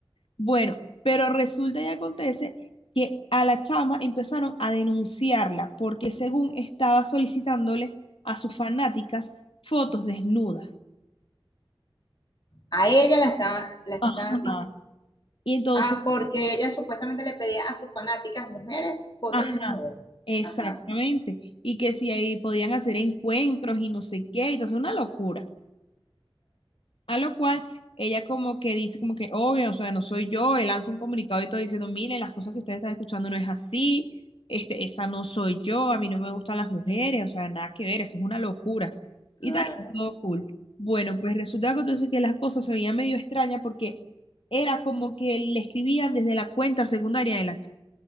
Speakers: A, on the left; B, on the left.
A: Bueno, pero resulta y acontece que a la chama empezaron a denunciarla porque según estaba solicitándole a sus fanáticas fotos desnudas.
B: A ella la estaban, la estaban
A: Ajá.
B: dis-
A: Y entonces,
B: Ah, porque ella supuestamente le pedía a sus fanáticas mujeres fotos
A: ajá,
B: desnudas.
A: exactamente.
B: Ajá,
A: Y que si ahí podían hacer encuentros y no sé qué, y entonces una locura. A lo cual ella como que dice como que, obvio, o sea, no soy yo, él lanza un comunicado y todo diciendo, miren, las cosas que ustedes están escuchando no es así, este, esa no soy yo, a mí no me gustan las mujeres, o sea, nada que ver, eso es una locura. Y
B: claro.
A: tal, y todo cool. Bueno, pues resulta que entonces que las cosas se veían medio extrañas porque era como que le escribían desde la cuenta secundaria de la